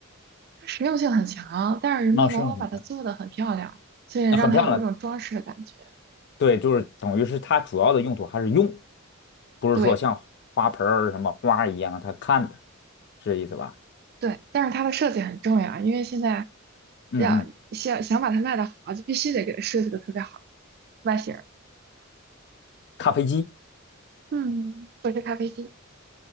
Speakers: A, on the right (about 50°); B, on the left (about 55°).
A: 它实用性很强，但是人们往往把它做得很漂亮，
B: 那实用性强，
A: 所以让它有一种装饰的感觉。
B: 那很漂亮，对，就是等于是它主要的用途还是用，不是说像花盆儿什么花儿一样它看的，
A: 对
B: 是这意思吧？
A: 对，但是它的设计很重要，因为现在
B: 嗯嗯，
A: 要想想把它卖的好，就必须得给它设计的特别好，外形儿，
B: 咖啡机
A: 嗯，不是咖啡机，